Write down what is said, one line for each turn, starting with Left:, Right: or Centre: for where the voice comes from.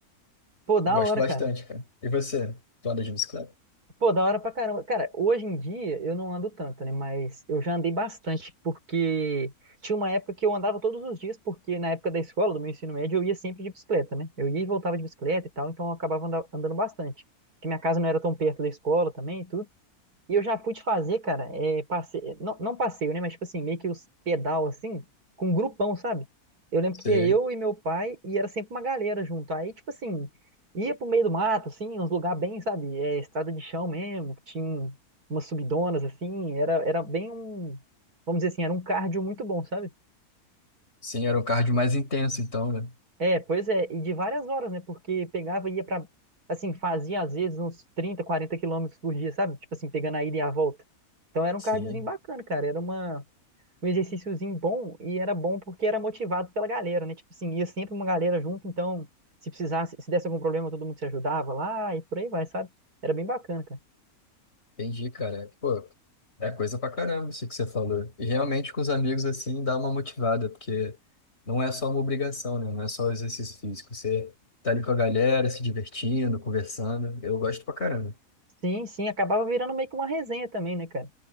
Right: Pô, da
Left: gosto
Right: hora,
Left: bastante,
Right: cara.
Left: cara. E você? Tu anda de bicicleta?
Right: Pô, da hora pra caramba. Cara, hoje em dia eu não ando tanto, né? Mas eu já andei bastante, porque tinha uma época que eu andava todos os dias, porque na época da escola, do meu ensino médio, eu ia sempre de bicicleta, né? Eu ia e voltava de bicicleta e tal, então eu acabava anda- andando bastante. Porque minha casa não era tão perto da escola também e tudo. E eu já fui de fazer, cara, é, passe... não, não passeio, né? Mas, tipo assim, meio que os pedal, assim, com um grupão, sabe? Eu lembro
Left: Sei.
Right: que ia eu e meu pai, e era sempre uma galera junto. Aí, tipo assim, ia pro meio do mato, assim, uns lugares bem, sabe? É, estrada de chão mesmo, que tinha umas subidonas, assim. Era, era bem um, vamos dizer assim, era um cardio muito bom, sabe?
Left: Sim, era um cardio mais intenso, então, né?
Right: É, pois é, e de várias horas, né? Porque pegava e ia pra. Assim, fazia às vezes uns 30, 40 quilômetros por dia, sabe? Tipo assim, pegando a ida e a volta. Então era um
Left: Sim.
Right: cardiozinho bacana, cara. Era uma, um exercíciozinho bom e era bom porque era motivado pela galera, né? Tipo assim, ia sempre uma galera junto, então se precisasse, se desse algum problema, todo mundo se ajudava lá e por aí vai, sabe? Era bem bacana, cara.
Left: Entendi, cara. Pô, é coisa pra caramba isso que você falou. E realmente com os amigos assim dá uma motivada, porque não é só uma obrigação, né? Não é só exercício físico. Você tá ali com a galera, se divertindo, conversando. Eu gosto pra caramba.
Right: Sim, sim, acabava virando meio que uma resenha também, né, cara?